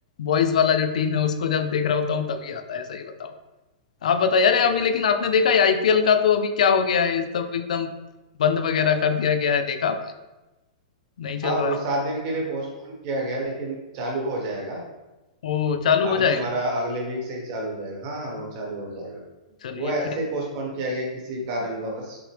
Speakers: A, on the left; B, on the right.
A: बॉयज वाला जो टीम है उसको जब देख रहा होता हूँ तभी आता है सही बताओ आप बताइए अरे अभी लेकिन आपने देखा है आईपीएल का तो अभी क्या हो गया है ये सब एकदम बंद वगैरह कर दिया गया है देखा आपने नहीं चल
B: हाँ
A: रहा
B: वो सात
A: है
B: दिन के लिए पोस्टपोन किया गया लेकिन चालू हो जाएगा
A: ओ चालू हो
B: अभी
A: जाएगा
B: तुम्हारा अगले वीक से ही चालू हो जाएगा हाँ हाँ वो चालू हो जाएगा
A: चलिए
B: वो ऐसे
A: फिर
B: ही पोस्टपोन किया गया किसी कारणवश